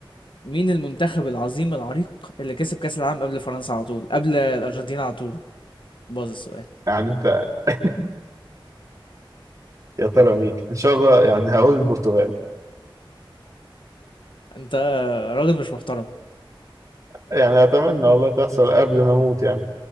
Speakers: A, on the left; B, on the right.
A: مين المنتخب العظيم العريق اللي كسب كأس العالم قبل فرنسا على طول قبل الأرجنتين على طول باظ السؤال
B: يعني انت <laughs> يا ترى مين ان شاء الله يعني هقول البرتغال
A: انت راجل مش محترم
B: يعني أتمنى والله تحصل قبل ما أموت يعني